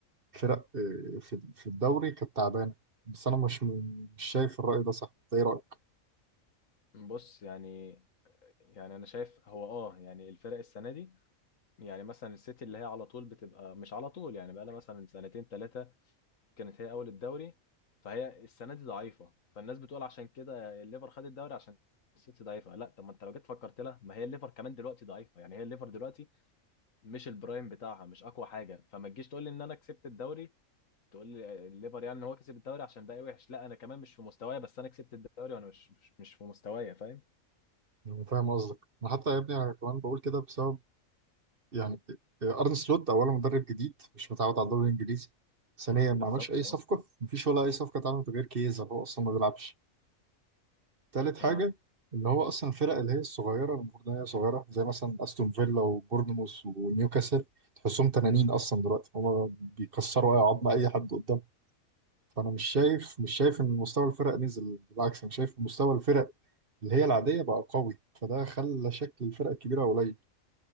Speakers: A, on the right; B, on the left.
A: الفرق آه، في في الدوري كانت تعبانه بس انا مش مش شايف الراي ده صح انت ايه رايك؟
B: بص يعني يعني انا شايف هو اه يعني الفرق السنه دي يعني مثلا السيتي اللي هي على طول بتبقى مش على طول يعني بقى لها مثلا سنتين ثلاثه كانت هي اول الدوري فهي السنه دي ضعيفه فالناس بتقول عشان كده الليفر خد الدوري عشان السيتي ضعيفه لا طب ما انت لو جيت فكرت لها ما هي الليفر كمان دلوقتي ضعيفه يعني هي الليفر دلوقتي مش البرايم بتاعها مش اقوى حاجه فما تجيش تقول لي ان انا كسبت الدوري تقول لي الليفر يعني إن هو كسب الدوري عشان باقي وحش لا انا كمان مش في مستواي بس انا كسبت الدوري وانا مش مش, مش في مستواي فاهم
A: انا فاهم قصدك انا حتى يا ابني انا كمان بقول كده بسبب يعني آه، ارن سلوت اولا مدرب جديد مش متعود على الدوري الانجليزي ثانيا
B: بالظبط
A: ما عملش اي
B: اه
A: صفقه مفيش ولا اي صفقه اتعملت غير كيزا هو اصلا ما بيلعبش تالت حاجة
B: اه
A: إن هو أصلا الفرق اللي هي الصغيرة المفروض إن هي صغيرة زي مثلا أستون فيلا وبورنموث ونيوكاسل تحسهم تنانين أصلا دلوقتي هما بيكسروا أي عظمة أي حد قدامهم فأنا مش شايف مش شايف إن مستوى الفرق نزل بالعكس أنا شايف مستوى الفرق اللي هي العادية بقى قوي فده خلى شكل الفرق الكبيرة قليل